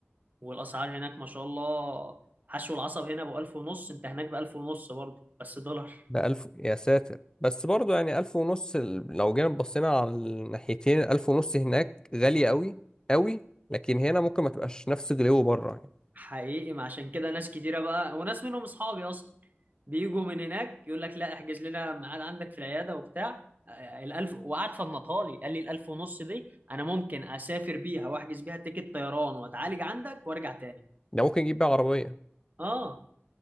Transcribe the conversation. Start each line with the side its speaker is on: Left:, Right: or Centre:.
Right: والاسعار هناك ما شاء الله حشو العصب هنا ب 1000 ونص انت هناك ب 1000 ونص برضه بس دولار
Left: ده الف يا ساتر بس برضو يعني الف ونص ال- لو جينا بصينا على الناحيتين الف ونص هناك غالية قوي قوي لكن هنا ممكن ما تبقاش نفس غلو بره يعني
Right: حقيقي ما عشان كده ناس كتيرة بقى وناس منهم اصحابي اصلا بيجوا من هناك يقول لك لا احجز لنا ميعاد عندك في العيادة وبتاع آه، الالف وقعد فنطالي قال لي الالف ونص دي انا ممكن اسافر بيها واحجز بيها تيكت طيران واتعالج عندك وارجع تاني
Left: ده ممكن يجيب بقى عربية
Right: اه